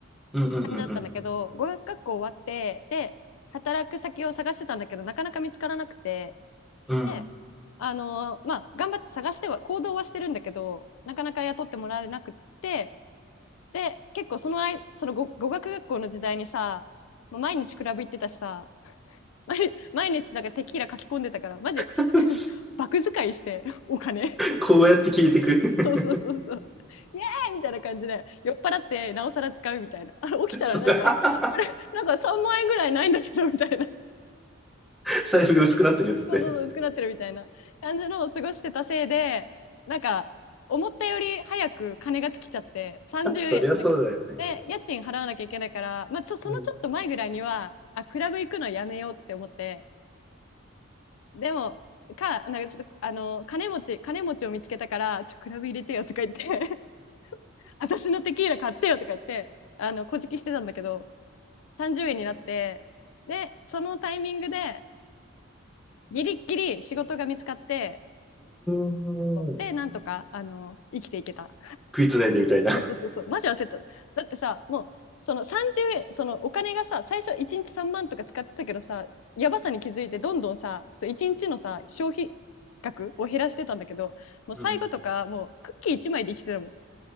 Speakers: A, in the centre; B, on the left.
A: うんうんうんうん。
B: 感じだったんだけど語学学校終わってで働く先を探してたんだけどなかなか見つからなくて
A: うん。
B: であのまあ頑張って探しては行動はしてるんだけどなかなか雇ってもらえなくってで結構その間その語語学学校の時代にさもう毎日クラブ行ってたしさ毎日毎日なんかテキーラ書き込んでたからマジ
A: <laughs>
B: バク使いしてお金
A: こうやって消えてく。
B: <laughs> そうそうそうそうイエーイみたいな感じで酔っ払ってなおさら使うみたいなあれ起きたらなんかあれなんか3万円ぐらいないんだけどみたいな
A: <laughs> 財布が薄くなってるっつって。
B: そうそうそう薄くなってるみたいな感じのを過ごしてたせいでなんか思ったより早く金が尽きちゃって30円なんかで家賃払わなきゃいけないから、
A: そりゃそうだよね。
B: まあ、ちょそのちょっと前ぐらいにはあクラブ行くのやめようって思って
A: うん。
B: でもかなんかちょっとあの金持ち金持ちを見つけたからちょクラブ入れてよとか言って私のテキーラ買ってよとか言って、あの、こじきしてたんだけど、30円になって、で、そのタイミングで、ギリッギリ仕事が見つかって、
A: うーん。
B: で、なんとか、あの、生きていけた。
A: 食いつないでみたいな。
B: そうそうそう、マジ焦った。だってさ、もう、その30円、そのお金がさ、最初1日3万とか使ってたけどさ、やばさに気づいて、どんどんさ、そう1日のさ、消費額を減らしてたんだけど、もう最後とか、
A: うん。
B: もうクッキー1枚で生きてたもん。